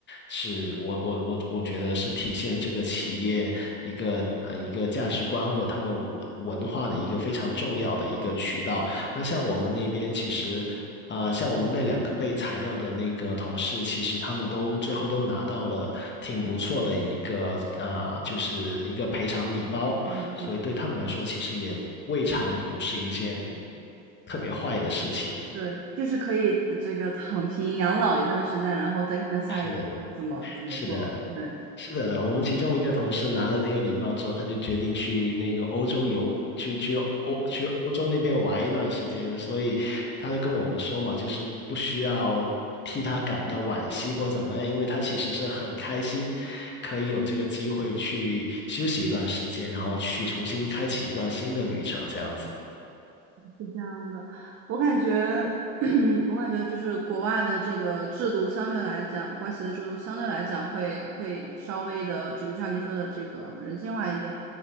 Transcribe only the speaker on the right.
嗯，
对，就是可以呃这个躺平养老一段时间，然后再看看下一步怎么怎么做。
对，
是这样的，我感觉，<clears throat> 我感觉就是国外的这个制度相对来讲，国企的制度相对来讲会会稍微的这个，就像你说的这个人性化一点。